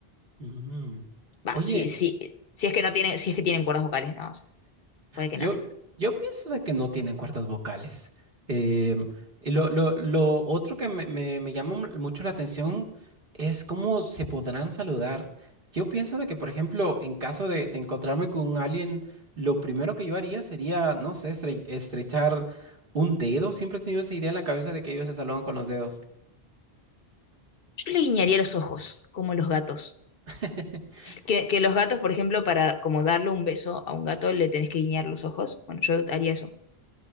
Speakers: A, on the right; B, on the left.
A: Mm.
B: Va,
A: Oye.
B: sí, sí, si es que no tienen, si es que tienen cuerdas vocales, no, o sea, puede que
A: Yo,
B: no tengan.
A: yo pienso de que no tienen cuerdas vocales. Em, y lo, lo- lo otro que me, me- me llama mu- mucho la atención es cómo se podrán saludar. Yo pienso de que, por ejemplo, en caso de, de encontrarme con un alien, lo primero que yo haría sería, no sé, estre- estrechar un dedo. Siempre he tenido esa idea en la cabeza de que ellos se saludan con los dedos.
B: Yo le guiñaría los ojos, como los gatos.
A: <laughs>
B: Que, que los gatos, por ejemplo, para como darle un beso a un gato, le tenés que guiñar los ojos. Bueno, yo haría eso